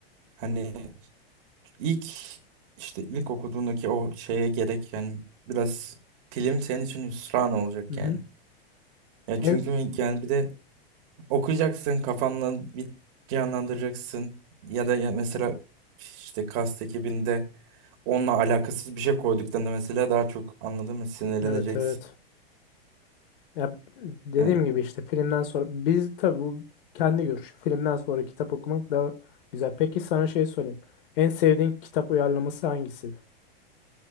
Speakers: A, on the right; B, on the left.
A: Hani İlk işte ilk okuduğundaki o şeye gerek yani biraz film senin için hüsran olacak
B: Hı hı.
A: yani. Ya çünkü
B: En-
A: yani bir de okuyacaksın kafanla bir canlandıracaksın ya da ya mesela işte kast ekibinde onunla alakasız bir şey koyduklarında mesela daha çok anladın mı sinirleneceksin.
B: Evet evet. Ya dediğim
A: Evet.
B: gibi işte filmden sonra biz tabii bu kendi görüşü. Filmden sonra kitap okumak daha güzel. Peki sana şey sorayım. En sevdiğin kitap uyarlaması hangisi?